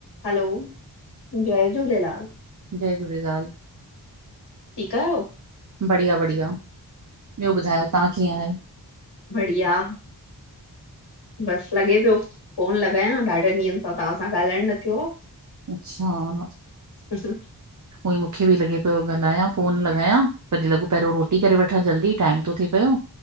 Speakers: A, on the left; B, on the right.
A: हलो। जय झूलेलाल।
B: जय झूलेलाल।
A: ठीकु आयो।
B: बढ़िया बढ़िया ॿियो ॿुधायो तव्हां कीअं आहियो।
A: बढ़िया। बसि लॻे पियो फ़ोनु लॻायां, ॾाढनि ॾींहंनि सां तव्हां सां ॻाल्हाइणु न थियो आ।
B: अच्छा।
A: अच्छा।
B: उहोई मूंखे बि लॻे पियो ॻाल्हायां, फ़ोनु लॻायां, तॾहिं लॻो पहिरियों रोटी करे वठां जल्दी टाईम तो थे पियो।